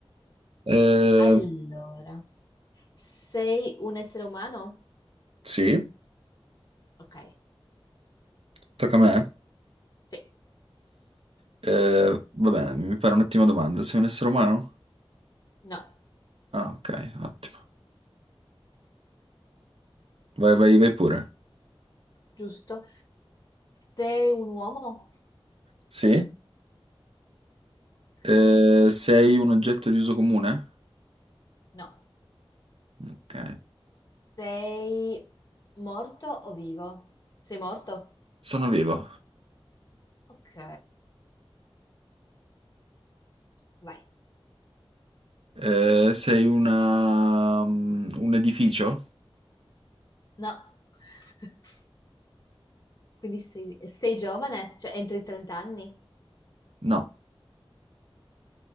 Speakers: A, on the right (about 75°); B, on the left (about 40°).
A: Eh,
B: Allora, sei un essere umano?
A: sì,
B: Ok,
A: tocca a me.
B: sì.
A: Eh, va bene, mi pare un'ottima domanda. Sei un essere umano?
B: No,
A: Ah, ok, ottimo. Vai, vai, vai pure.
B: giusto. Sei un uomo?
A: Sì?
B: Ok.
A: Eh, sei un oggetto di uso comune?
B: No.
A: Ok.
B: Sei morto o vivo? Sei morto?
A: Sono vivo.
B: Ok, vai.
A: Eh, sei una... mm, un edificio?
B: No. <laughs> Quindi sei, sei giovane? Cioè, entro i 30 anni?
A: No.